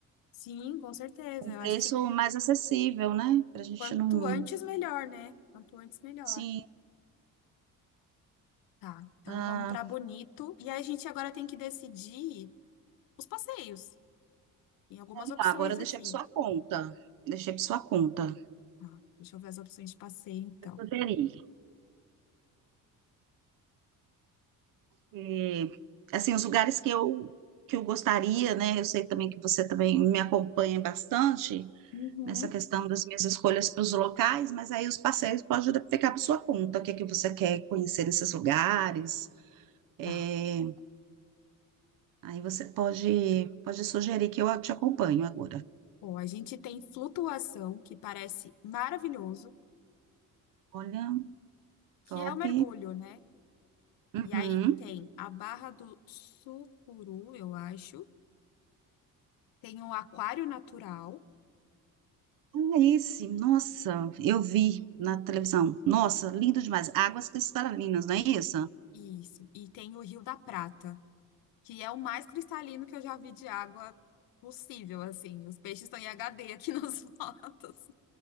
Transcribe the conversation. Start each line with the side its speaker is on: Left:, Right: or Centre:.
Left: Sim, com certeza.
Right: Um
Left: Eu
Right: preço
Left: acho que
Right: mais acessível, né? Para a gente
Left: quanto
Right: não,
Left: antes, melhor, né? Quanto antes, melhor.
Right: Sim,
Left: Tá, então
Right: Ah,
Left: vamos pra Bonito. E aí a gente agora tem que decidir os passeios. E algumas opções
Right: tá, agora eu deixei
Left: aqui.
Right: para sua conta. Deixei para sua conta.
Left: Tá, deixa eu ver as opções de passeio, então.
Right: Sugerir. E, assim, os lugares que eu que eu gostaria, né? Eu sei também que você também me acompanha bastante
Left: Uhum.
Right: nessa questão das minhas escolhas para os locais, mas aí os passeios pode ficar para sua conta. O que é que você quer conhecer nesses lugares? É,
Left: Tá.
Right: aí você pode pode sugerir que eu te acompanho agora.
Left: Bom, a gente tem flutuação, que parece maravilhoso,
Right: Olha,
Left: que
Right: top.
Left: é o mergulho, né?
Right: Uhum.
Left: E aí tem a Barra do Sucuru, eu acho. Tem o Aquário Natural,
Right: Ah, esse, nossa, eu vi na televisão. Nossa, lindo demais. Águas cristalinas, não é isso?
Left: isso. E tem o Rio da Prata, que é o mais cristalino que eu já vi de água possível, assim. Os peixes estão em HD aqui <laughs> nas fotos.